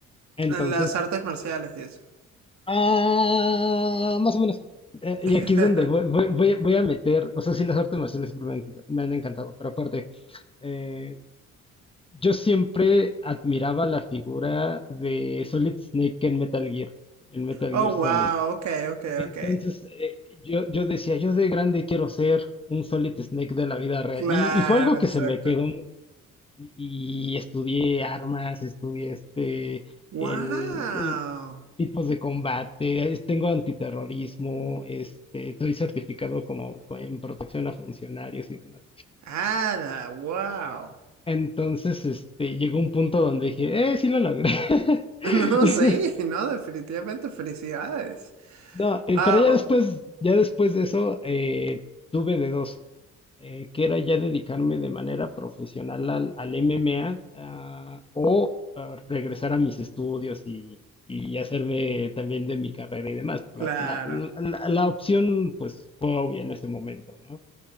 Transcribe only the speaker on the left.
Entonces,
ah, más o menos. Eh, y
aquí es donde voy, voy, voy a voy a meter, o sea, sí, las artes marciales siempre me han, me han encantado, pero aparte, eh, Yo siempre admiraba la figura de Solid Snake en Metal Gear, en Metal
Gear
Solid.
Entonces,
eh, yo, yo decía, yo de grande quiero ser un Solid Snake de la vida real.
Y, y fue algo
que se me quedó y, y estudié armas, estudié este,
el, eh, tipos de combate, es- tengo antiterrorismo, este, estoy certificado como co- en protección a funcionarios y demás.
Entonces, este, llegó un punto donde dije, eh, sí lo logré. <laughs>
No, eh,
pero ya después, ya después de eso, eh, tuve de dos, eh, que era ya dedicarme de manera profesional al, al MMA, ah, o ah, regresar a mis estudios y, y hacerme también de mi carrera y demás. La,
la, la, la- la opción, pues, fue obvia en ese momento, ¿no?